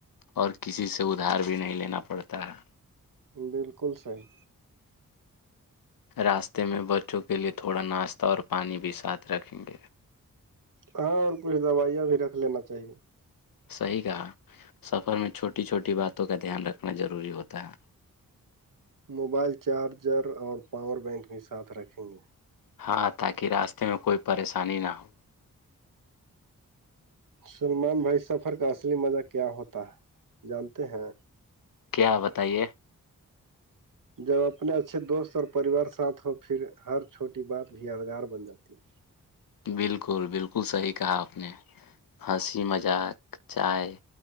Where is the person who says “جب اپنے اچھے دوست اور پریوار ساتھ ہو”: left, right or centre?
Right